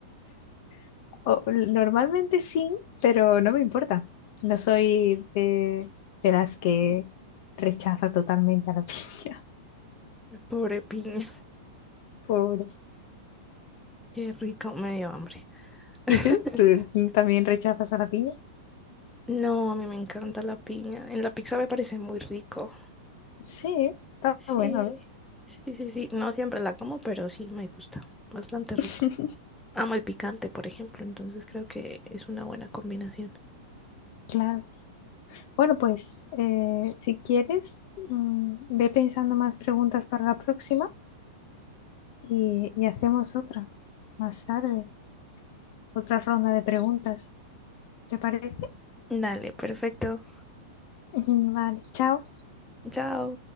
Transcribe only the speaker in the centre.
Pobre piña,
qué rico, me dio hambre. <laughs>
No, a mí me encanta la piña, en la pizza me parece muy rico.
Sí,
sí, sí, sí. No siempre la como, pero sí me gusta. Bastante
rico. Amo el picante, por ejemplo, entonces creo que es una buena combinación.
Dale, perfecto.
Chao.